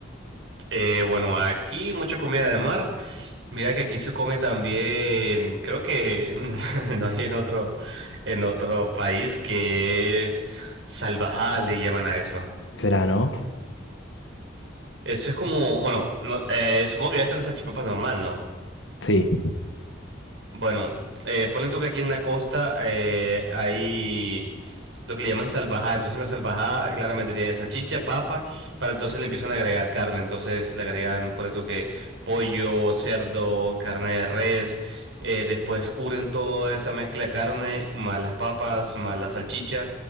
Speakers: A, on the right (about 75°); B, on the left (about 80°).
A: Eh, bueno, aquí mucha comida de mar. Mira que aquí se come también, creo que <laughs> no hay en otro, en otro país que es salvajal. le llaman a eso.
B: ¿Qué será, no?
A: Eso es como, bueno, no, eh, supongo que ya está la salchipapa normal, ¿no?
B: Sí.
A: Bueno, eh, ponle tú que aquí en la costa eh, hay lo que le llaman salvajada. Entonces la salvajada claramente tiene salchicha, papa, para entonces le empiezan a agregar carne. Entonces le agregan, ponle tú que pollo, cerdo, carne de res. eh, después cubren toda esa mezcla de carne, más las papas, más la salchicha,